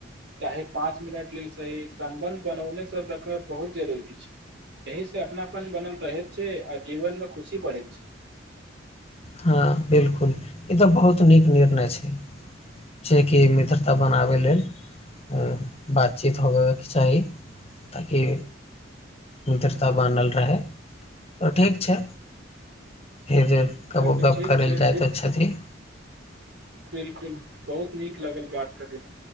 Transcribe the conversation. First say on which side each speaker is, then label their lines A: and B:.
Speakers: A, on the right (about 65°); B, on the left (about 30°).
A: चाहे पाँच मिनट लेल सही सम्बन्ध बनौने सब रखब बहुत जरूरी छै एहि से अपनापन बनल रहे छै आ जीवन में खुशी बढ़े छै
B: हँ बिलकुल ई तऽ बहुत नीक निर्णय छै छै कि मित्रता बनाबै लेल ह बातचीत हो चाही ताकि मित्रता बान्हल रहै तऽ ठीक छै फेर जे कबो
A: चल तऽ
B: गप्प
A: ठीक
B: करैलए
A: छै
B: जाइ तऽ छथि
A: बिलकुल बहुत नीक लगल बात करैत